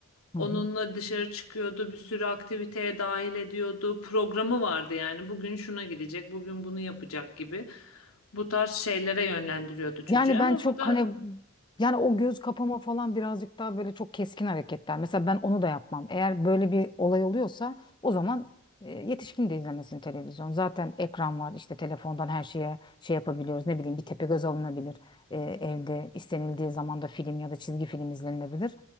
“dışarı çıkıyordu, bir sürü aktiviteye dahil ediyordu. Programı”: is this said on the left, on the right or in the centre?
Left